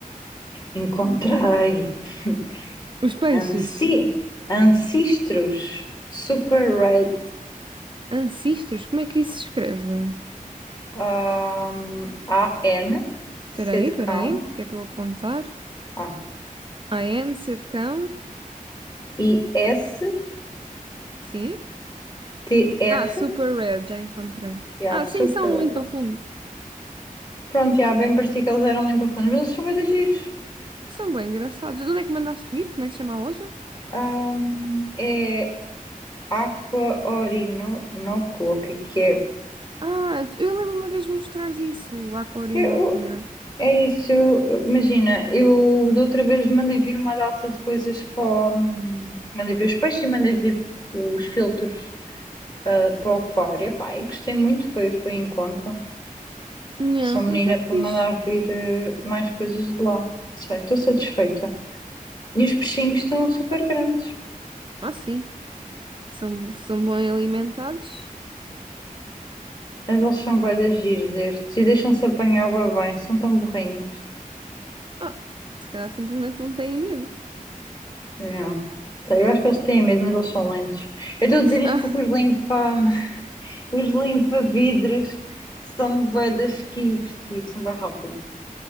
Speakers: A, on the left; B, on the right.
A: Encontrei. <laughs>
B: Os peixes,
A: Anci Ancestros Super Red
B: ancestors, como é que isso se escreve?
A: ahm, AN
B: Espera
A: C
B: aí,
A: de
B: espera
A: cão
B: aí, que é para eu apontar.
A: ah,
B: AN, C de cão,
A: I S
B: sim.
A: T R
B: Ah, super red, já encontrei.
A: yeah,
B: Ah,
A: Super
B: sim, são
A: Red.
B: limpa-fundos.
A: Pronto, já bem parecia que eles eram limpa-fundos, mas eles são bué de giros.
B: São bem engraçados. De onde é que mandaste vir? Como é que se chama a loja?
A: Ahm, é Aqua Orinoco, o que é que é?
B: Ah, eu lembro uma vez de mostrares isso à Corinoco.
A: Eu-
B: Yeah.
A: é isso, eu- imagina, eu da outra vez mandei vir uma data de coisas para o, hum, mandei vir os peixes e mandei vir os filtros ah, para o aquário. Epá, e gostei muito, foi, foi em conta.
B: Yeah,
A: Sou menina
B: isso é fixe.
A: para mandar vir eh, mais coisas de lá. Não Sei, estou satisfeita. E os peixinhos estão super grandes.
B: Ah, sim. São, são bem alimentados.
A: Mas eles são bué de giros estes e deixam-se apanhar bué bem, são tão burrinhos.
B: Ah, se calhar simplesmente não têm medo.
A: Yeah. Sei, Eu acho que eles têm mesmo, mas eles são lentos. Eu estou a dizer isto
B: Ah,
A: porque os limpa, <laughs> os limpa-vidros são bué de esquivos, tipo, são bem rápidos.